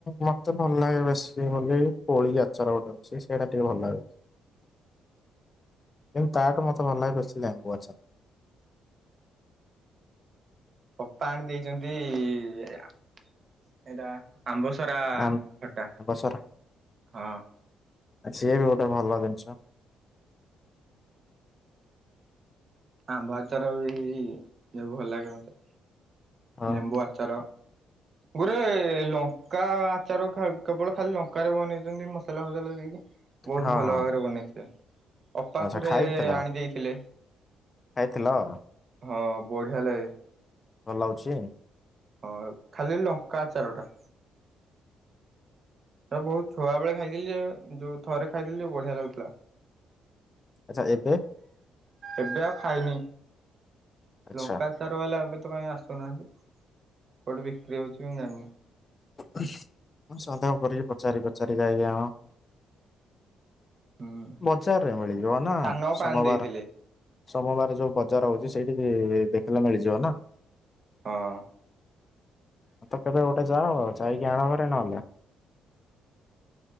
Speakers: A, on the left; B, on the right.
A: ମତେ ଭଲ ଲାଗେ ବେଶୀ ବୋଲି କୋଳି ଆଚର ଗୋଟେ ଅଛି ସେଇଟା ଟିକେ ଭଲ ଲାଗେ। କିନ୍ତୁ ତା ଠୁ ମତେ ଭଲ ଲାଗେ ବେଶି ଲେମ୍ବୁ ଆଚାର।
B: ଅପା ଆଣି ଦେଇଛନ୍ତି ଏଇଟା ଆମ୍ବ ସ ସରା
A: ଆମ୍
B: ଖଟା
A: ଆମ୍ବ ସରା
B: ହଁ।
A: ସିଏ ବି ଗୋଟେ ଭଲ ଜିନିଷ।
B: ଆମ୍ବ ଆଚାର ବି ଭଲ ଲାଗେ ମୋତେ
A: ହଁ
B: ନେମ୍ବୁ ଆଚାର ଗୋଟ ଲଙ୍କା ଆଚାର କେବଳ ଖାଲି ଲଙ୍କାରେ ବନେଇଛନ୍ତି ମସଲା ଫସଲା ଦେଇକି ବହୁତ୍
A: ହଁ
B: ଭଲ
A: ହଁ।
B: ଭାବରେ ବନେଇଥିଲେ ଅପା
A: ଆଚ୍ଛା
B: ଥରେ
A: ଖାଇଥିଲ
B: ଆଣି ଦେଇଥିଲେ।
A: ଖାଇଥିଲ ଆଉ।
B: ହଁ ବଢ଼ିଆ ଲାଗେ।
A: ଭଲ ଲାଗୁଛି?
B: ହଁ ଖାଲି ଲଙ୍କା ଆଚାର ଟା। ତ ବହୁତ ଛୁଆ ବେଳେ ଖାଇଥିଲି ଯେ ଯୋଉ ଥରେ ଖାଇଥିଲି ଯେ ବଢ଼ିଆ ଲାଗୁଥିଲା।
A: ଆଚ୍ଛା ଏବେ?
B: ଏବେ ଆଉ ଖାଇନି
A: ଆଚ୍ଛା।
B: ଲଙ୍କା ଆ ଚାର ବାଲା ଏବେ ତ କାଇଁ ଆସୁନାହାନ୍ତି। କୋଉଠି ବିକ୍ରି ହଉଛି ମୁଁ ଜାଣିନି।
A: ହଁ ସନ୍ଦେହ କରିକି ପଚାରି ପଚାରି ଯାଇକି ଆଣ।
B: ହୁଁ।
A: ବଜାରରେ ମିଳିଯିବ ନା
B: ସାନ ଅପା
A: ସୋମବାର
B: ଆଣି ଦେଇଥିଲେ
A: ସୋମବାର ଯୋଉ ବଜାର ହଉଛି ସେଇଠି କି ଦେଖିଲେ ମିଳିଯିବ ନା?
B: ହଁ।
A: ତ କେବେ ଗୋଟେ ଯାଅଉ ଯାଇକି ଆଣ ଘରେ ନହେଲେ